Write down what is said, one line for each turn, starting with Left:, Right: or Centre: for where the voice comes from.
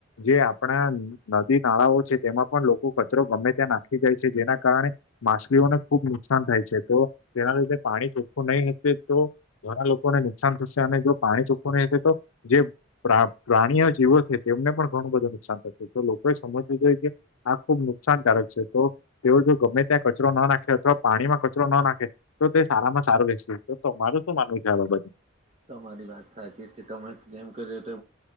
Left: જે આપણા નદી નાળાઓ છે તેમાં પણ લોકો કચરો ગમે ત્યાં નાખી જાય છે જેના કારણે માછલીઓને ખુબ નુકસાન થાય છે તો તેના લીધે પાણી ચોખ્ખું નહીં હશે તો ઘણા લોકોને નુકસાન થશે અને જો પાણી ચોખવવા ન હશે તો જે પ્રા પ્રાણીઓ જેીવો છે તેમને પણ ઘણું બધું નુકસાન થત તો લોકોએ સમજવું જોઈ કે આ ખુબ નુકસાનકારક છે તો તેઓ જો ગમે ત્યાં કચરો ન નાખે અથવા પાણીમાં કચરો ન નાખે તો તે સારામાં સારું રહેશે તો તમારું શું માનવું છે આ બાબત મા
Right: તમારી વાત સાચી છે તમે જેમ કર્યો તો